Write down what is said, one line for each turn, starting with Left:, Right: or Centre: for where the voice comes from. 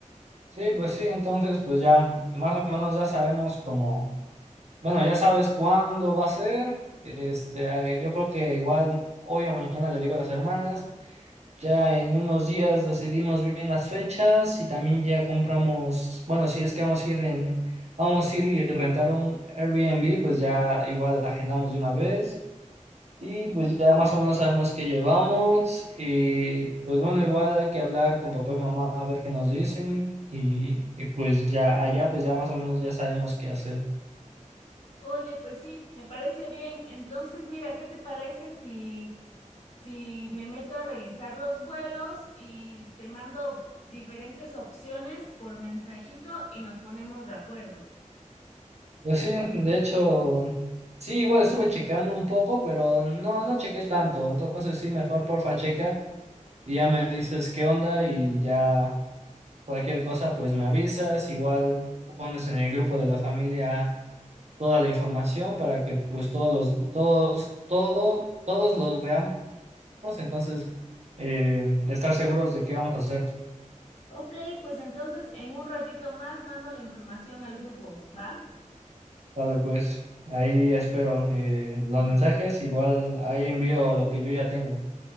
Right: Sí, pues sí, entonces pues ya más o menos ya sabemos como, bueno, ya sabes cuándo va a ser. Este, eh, yo creo que igual hoy o mañana le digo a las hermanas. Ya en unos días decidimos bien las fechas y también ya compramos, bueno, si es que vamos a ir en, vamos a ir y rentar un Airbnb, pues ya igual agendamos de una vez y pues ya más o menos sabemos qué llevamos y pues bueno, igual hay que hablar con papá y mamá a ver qué nos dicen y, y pues ya allá pues ya más o menos ya sabemos qué hacer.
Left: Oye, pues sí, me parece bien. Entonces, mira, ¿qué te parece si, si me meto a revisar los vuelos y te mando diferentes opciones por mensajito y nos ponemos de acuerdo?
Right: Pues sí, de hecho, sí, igual estuve checando un poco, pero no, no chequé tanto, entonces sí, mejor porfa checa. y ya me dices qué onda y ya cualquier cosa pues me avisas, igual pones en el grupo de la familia toda la información para que pues todos los, todos, todo, todos los veamos, entonces eh, estar seguros de qué vamos a hacer.
Left: Ok, pues entonces en un ratito más mando la información al grupo, ¿va?
Right: Vale, pues ahí espero eh, los mensajes, igual ahí envío lo que yo ya tengo.